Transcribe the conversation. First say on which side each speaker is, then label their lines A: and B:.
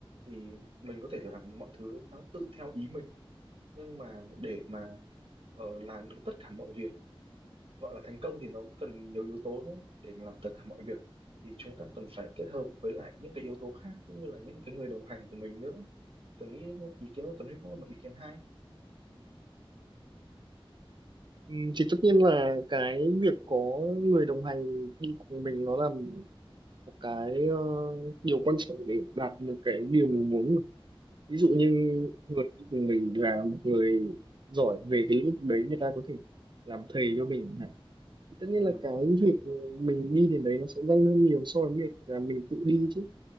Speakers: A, on the right (about 75°); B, on the right (about 55°).
A: thì mình có thể làm mọi thứ theo, tự theo ý mình nhưng mà để mà ờ, làm được tất cả mọi việc gọi là thành công thì nó cần nhiều yếu tố đúng không? Để mà làm tất cả mọi việc thì chúng ta cần phải kết hợp với lại những cái yếu tố khác cũng như là những cái người đồng hành của mình nữa. Thì Tớ nghĩ ý kiến của Tuấn Huy cũng là một ý kiến hay.
B: Ừ, thì tất nhiên là cái việc có người đồng hành đi cùng mình nó là một cái ờ, điều quan trọng để đạt được cái điều mình muốn mà. Ví dụ
A: Ừ,
B: như người đi cùng mình là một người giỏi về cái lĩnh vực đấy người ta có thể làm thầy cho mình chẳng hạn. thì tất nhiên
A: ừ,
B: là cái việc mình đi đến đấy nó sẽ nhanh hơn nhiều so với việc là mình tự đi chứ